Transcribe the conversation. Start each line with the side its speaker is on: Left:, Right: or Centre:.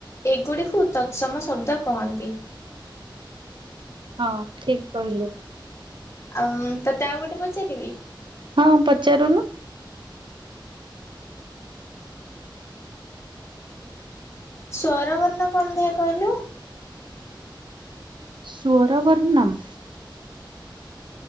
Left: ଏଗୁଡ଼ିକୁ ତତ୍ସମ ଶବ୍ଦ କହନ୍ତି।
Right: ହଁ ଠିକ କହିଲୁ।
Left: ଆଉ ତତେ ଆଉ ଗୋଟେ ପଚାରିବି।
Right: ହଁ ପଚାରୁନୁ।
Left: ସ୍ୱରବର୍ଣ୍ଣ କଣ ଦିଆ କହିଲୁ?
Right: ସ୍ଵର ବର୍ଣ୍ଣମ୍।